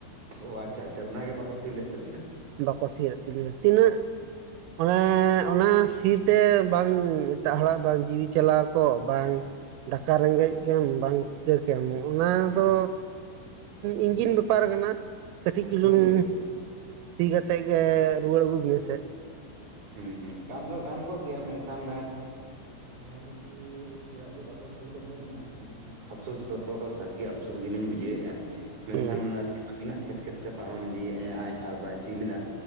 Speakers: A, on the right; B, on the right.
A: ᱚ ᱟᱪᱪᱷᱟ ᱟᱪᱪᱷᱟ ᱚᱱᱟ ᱜᱮ ᱵᱟᱠᱚ ᱥᱤ ᱞᱮᱫ᱾ ᱛᱟᱹᱵᱤᱱᱟ᱾
B: ᱵᱟᱠᱚ ᱥᱤᱭᱟᱫ ᱛᱤᱧᱟᱹ᱾ ᱛᱤᱱᱟᱹᱜ ᱚᱱᱮ ᱚᱱᱟ ᱥᱤ ᱛᱮ ᱵᱟᱝ ᱮᱴᱟᱜ ᱦᱚᱲᱟᱜ ᱵᱟᱝ ᱡᱤᱣᱤ ᱪᱟᱞᱟᱣ ᱠᱚᱜ ᱵᱟᱝ ᱫᱟᱠᱟ ᱨᱮᱸᱜᱮᱡ ᱜᱮᱢ‌ ᱵᱟᱝ ᱪᱤᱠᱟᱹ ᱠᱮᱭᱟᱢ ᱱᱚᱶᱟ᱾ ᱚᱱᱟ
A: ᱦᱩᱸ
B: ᱫᱚ ᱤᱧᱡᱤᱱ ᱵᱮᱯᱟᱨ ᱠᱟᱱᱟ᱾ ᱠᱟᱹᱴᱤᱡ ᱪᱩᱞᱩᱝ
A: ᱢᱤᱫ ᱜᱷᱟᱹᱲᱤᱡ
B: ᱥᱤ ᱠᱟᱛᱮᱜ ᱜᱮ ᱨᱩᱣᱟᱹᱲ ᱟᱹᱜᱩᱵ ᱢᱮ ᱥᱮ᱾
A: ᱦᱩᱸ ᱦᱩᱸ᱾ ᱜᱟᱱ ᱫᱚ ᱜᱟᱱ ᱠᱚᱜ ᱜᱮᱭᱟ ᱢᱮᱱᱠᱷᱟᱱ ᱦᱮᱸ ᱱᱩᱠᱩ ᱪᱮᱫᱟᱜ ᱡᱮ ᱵᱟᱠᱚ ᱥᱤ ᱞᱮᱫ ᱛᱟᱹᱵᱤᱱᱟ ᱟᱞᱤᱧ ᱱᱚᱣᱟ ᱟᱯᱥᱳᱥ ᱫᱚ ᱥᱟᱹᱨᱤ ᱜᱮ ᱟᱯᱥᱳᱥ ᱜᱮᱞᱤᱧ ᱵᱩᱡᱷᱟᱹᱣᱮᱜ-ᱟ᱾ ᱢᱮᱱᱠᱷᱟᱱ
B: ᱦᱩᱸ
A: ᱟᱵᱤᱱᱟᱜ ᱠᱷᱮᱛ ᱠᱷᱮᱛ ᱛᱮ ᱯᱟᱨᱚᱢ ᱤᱫᱤᱭᱮᱜ-ᱟᱭ ᱟᱨ ᱵᱟᱭ ᱥᱤ ᱞᱮᱫᱟ